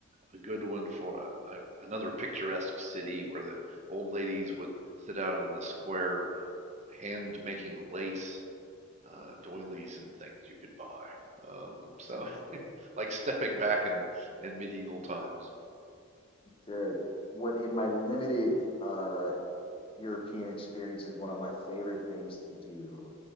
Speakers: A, on the right; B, on the left.
A: a good one for a, a, another picturesque city where the old ladies would sit out on the square, hand making lace, uh, doilies and things you could buy. Um, so
B: It's interesting.
A: <laughs> like stepping back in in medieval times.
B: Sure. What in my limited uh European experience is one of my favorite things to do